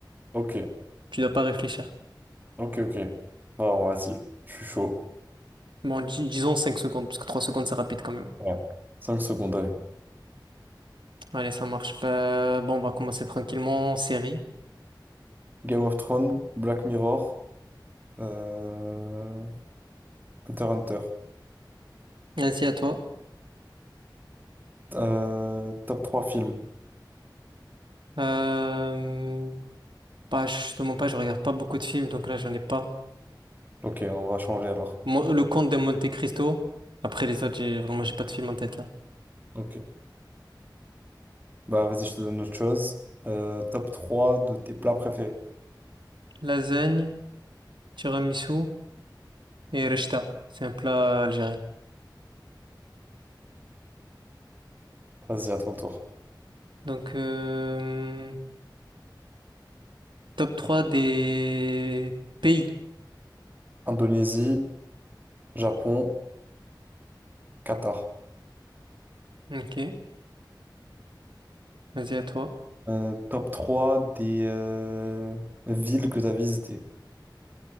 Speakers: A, on the right; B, on the right.
A: Ok.
B: Tu dois pas réfléchir.
A: Ok, ok. Bon, Alors, vas-y. Je suis chaud.
B: Bon, di- disons 5 secondes, parce que 3 secondes, c'est rapide quand même.
A: Ouais. 5 secondes, allez.
B: Allez, ça marche. pas bon, on va commencer tranquillement. Série.
A: Game of Thrones, Black Mirror, euh... Hunter x Hunter.
B: Vas-y, à toi.
A: Euh, Top 3 films.
B: Euh... Bah, justement pas, je regarde pas beaucoup de films, donc là, j'en ai pas.
A: Ok, on va changer alors.
B: Mo- Le Comte de Monte Cristo. Après les autres, j'ai vraiment, j'ai pas de film en tête là.
A: Ok. Bah, vas-y, je te donne autre chose. Euh, top 3 de tes plats préférés.
B: Lasagne, tiramisu et rechta. C'est un plat algérien.
A: Vas-y, à ton tour.
B: Donc, euh... top 3 des pays.
A: Indonésie, Japon, Qatar.
B: Ok, vas-y, à toi.
A: Euh, top 3 des euh, villes que tu as visitées.